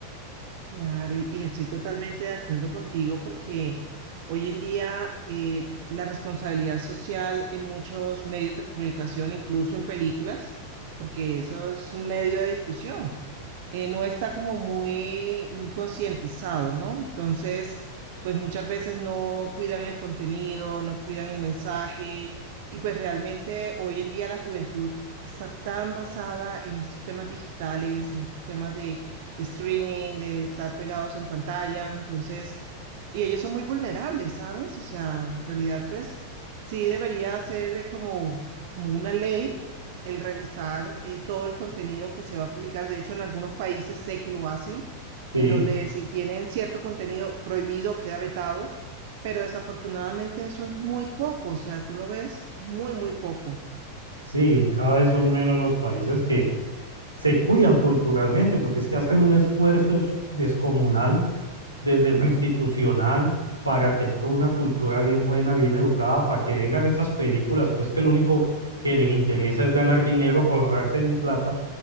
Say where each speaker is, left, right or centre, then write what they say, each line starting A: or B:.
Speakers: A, on the right (about 50°); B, on the right (about 80°).
A: Claro, y, y estoy totalmente de acuerdo contigo porque hoy en día eh, la responsabilidad social en muchos medios de comunicación, incluso en películas, porque eso es un medio de difusión. eh, no está como muy, muy concientizado, ¿no? Entonces, pues muchas veces no cuidan el contenido, no cuidan el mensaje y pues realmente hoy en día la juventud está tan basada en estos temas digitales, en estos temas de, de streaming, de estar pegados en pantalla, entonces, y ellos son muy vulnerables, ¿sabes? O sea, en realidad, pues sí debería ser eh, como, como una ley el revisar eh, todo el contenido que se va a publicar. De hecho, en algunos países sé que lo hacen,
B: Sí,
A: en donde si tienen cierto contenido prohibido, queda vetado, pero desafortunadamente eso es muy poco, o sea, tú lo ves muy, muy poco.
B: sí, cada vez son menos los países que se cuidan culturalmente porque es que hacen un esfuerzo descomunal desde lo institucional para tener una cultura bien buena, bien educada, para que vengan esas películas, pues que lo único que les interesa es ganar dinero, forrarse en plata.